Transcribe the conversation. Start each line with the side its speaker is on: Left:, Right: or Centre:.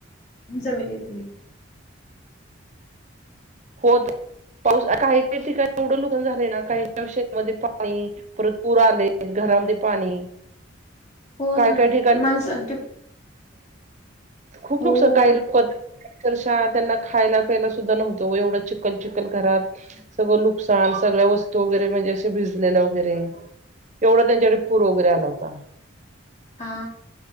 Left: जमिनीतनी.
Right: हो पाऊस, काही काही ठिकाणी एवढं नुकसान झाले ना, काही काही शेतामध्ये पाणी, परत पूर आले घरामध्ये पाणी.
Left: हो
Right: काय
Left: ना.
Right: काय ठिकाणी
Left: माणसां ते
Right: खूप
Left: हो
Right: लोक <inaudible> काही लोक <inaudible> अक्षरशा त्यांना खायला पियला सुद्धा नव्हतो एवढं चिखल चिखल घरात. सगळं नुकसान सगळ्या वस्तू वगैरे म्हणजे असे भिजलेला वगैरे एवढा त्यांच्याकडे पूर वगैरे आला होता.
Left: हा